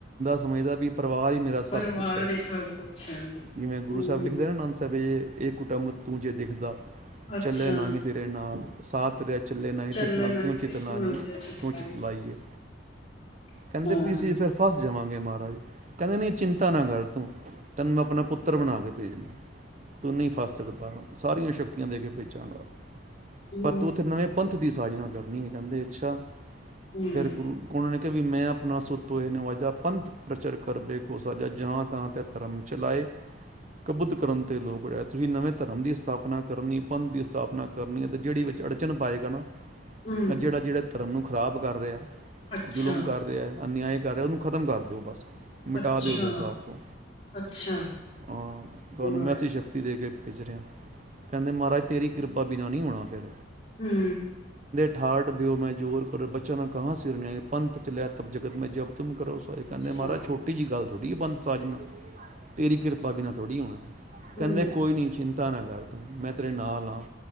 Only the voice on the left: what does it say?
ਪਰਿਵਾਰ
ਹੀ ਸਭ ਕੁਛ ਹੈ।
ਹੂੰ,
ਅੱਛਾ
ਚੱਲਣਾ
ਕਿਸ
ਨਾਲ ਗਿਆ ਚਟਾਈ
ਹਾਂ
ਵਾਹਿਗੁਰੂ
ਹੂੰ,
ਹੂੰ
ਅੱਛਾ,
ਅੱਛਾ,
ਅੱਛਾ
ਵਾਹਿਗੁਰੂ
ਹੂੰ।
ਹੂੰ,
ਹੂੰ,